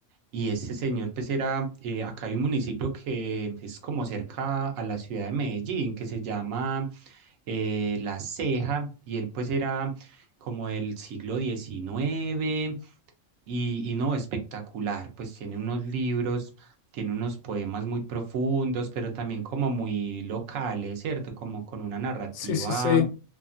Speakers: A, on the right; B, on the left.
A: Y ese señor, pues era, eh, acá hay un municipio que es como cerca a la ciudad de Medellín, que se llama eh, La Ceja, y él pues era como del siglo XIX, y, y no, espectacular, pues tiene unos libros tiene unos poemas muy profundos, pero también como muy locales, ¿cierto? Como con una narrativa
B: Sí, sí, sí.